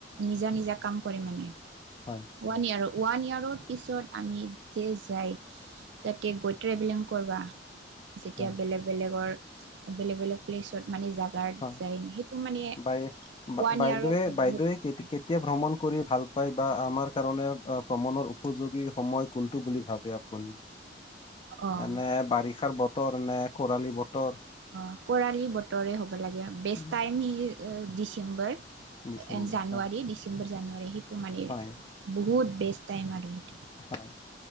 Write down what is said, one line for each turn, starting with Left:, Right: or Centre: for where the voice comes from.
Right: নিজা নিজা কাম কৰে মানে।
Left: হয়
Right: ওৱান ইয়াৰ ওৱান ইয়াৰৰ পিছত আমি যে যাই তাতে গৈ ট্ৰেবেলং কৰবা যেতিয়া
Left: হয়
Right: বেলেগ বেলেগৰ বেলেগ বেলেগ প্লেছত মানে জোগাত
Left: হয়
Right: যায় নৈ সেইটো মানে ওৱান
Left: বাই বা- বাইদেৱে
Right: ইয়াৰৰ বহুত
Left: বাইদেৱে
Right: ভাল
Left: কেতি-
Right: পাওঁ।
Left: কেতিয়া ভ্ৰমণ কৰি ভাল পাই বা আমাৰ কাৰণে ভ্ৰমণৰ উপযোগী সময় কোনটো বুলি ভাবে আপুনি?
Right: অ',
Left: এনে বাৰিষাৰ বতৰ নে খৰালি বতৰ?
Right: অ কৰালি বতৰে হ'ব লাগে বেষ্ট
Left: উম,
Right: টাইম ই ডিচেম্বৰ
Left: ডিচেম্বৰ
Right: জানুৱাৰী
Left: হয়
Right: ডিচেম্বৰ জানুৱাৰী সেইটো মানে
Left: হয়
Right: বহুত বেষ্ট টাইম আৰু সে
Left: হয়।